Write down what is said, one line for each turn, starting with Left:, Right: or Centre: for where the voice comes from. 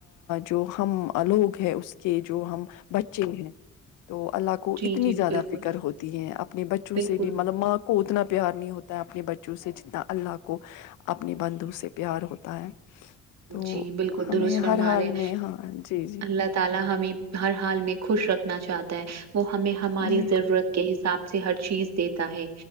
Left: جو ہم لوگ ہیں اس کہ جو ہم بچے ہیں تو اللہ کو
Right: جی،
Left: اتنی
Right: جی،
Left: زیادہ
Right: بالکل،
Left: فکر ہوتی ہے اپنے بچوں
Right: بالکل۔
Left: سے بھی مطلب ماں کو اتنا پیار نہیں ہوتا ہے اپنے بچوں سے جتنا اللہ کو اپنی بندو سے پیار ہوتا ہے تو
Right: جی بالکل
Left: ہمیں
Right: درست فرمارے
Left: ہر حال میں ہاں جی جی
Right: اللہ تعالی ہمیں ہر حال میں خوش رکھنا چاہتا ہے وہ ہمیں ہماری
Left: جی
Right: ضرورت کے حساب سے ہر چیز دیتا ہے